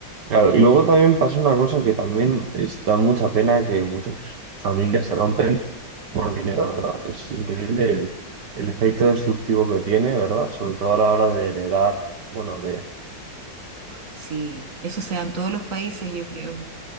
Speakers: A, on the right; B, on the right.
A: Claro, y luego también pasa una cosa que también es- da mucha pena que muchas familias se rompen por dinero, ¿verdad? Es increíble el, el efecto destructivo que tiene, ¿verdad? Sobre todo a la hora de heredar, bueno, de...
B: Sí, eso se da en todos los países, yo creo.